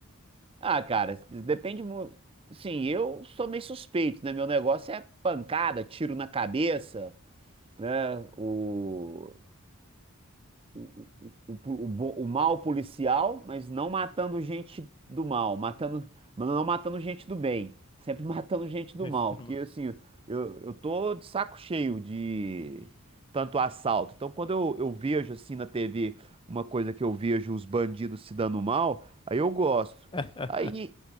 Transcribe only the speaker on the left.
<laughs>
Isso,
mano.
<laughs>